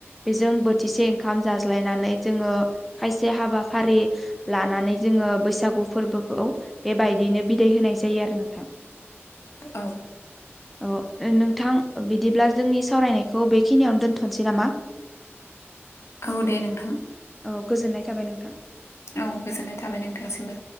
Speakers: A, in the centre; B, on the left.
A: बेजों बोथिसे ओंखाम जाज्लायनानै जोङो खायसे हाबाफारि लानानै जो ङो बैसागु फोरबोखौ बेबायदिनो बिदाय होनाय जायो आरो नोंथां
B: औ
A: अ ओ नोंथां बिदिब्ला जोंनि सावरायनायखौ बेखिनियावनो दोनथनोसै नामा
B: औ दे नोंथां
A: औ गोजोननाय थाबाय नोंथां
B: औ गोजोननाय थाबाय नोंथांसिमबो